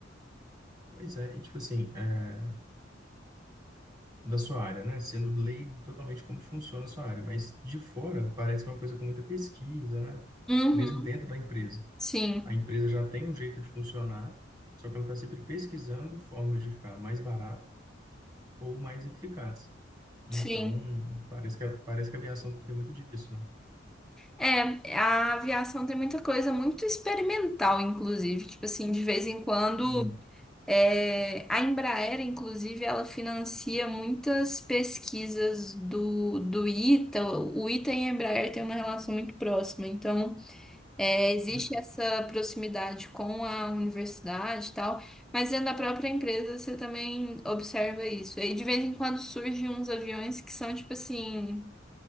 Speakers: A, on the right; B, in the centre.
A: Pois é, e tipo assim, é, da sua área, né? Sendo leigo totalmente como funciona a sua área, mas de fora parece uma coisa com muita pesquisa, né?
B: Uhum,
A: Mesmo dentro da empresa.
B: sim,
A: A empresa já tem um jeito de funcionar, só que ela está sempre pesquisando formas de ficar mais barato ou mais eficaz. Então,
B: sim.
A: parece que a, parece que a aviação tem muito disso, né?
B: É, a aviação tem muita coisa muito experimental, inclusive. Tipo assim, de vez em quando.
A: É.
B: É, a Embraer, inclusive, ela financia muitas pesquisas do, do ITA. O ITA e a Embraer têm uma relação muito próxima, então é, existe
A: Uhum.
B: essa proximidade com a universidade e tal, mas dentro da própria empresa você também observa isso. E de vez em quando surgem uns aviões que são tipo assim.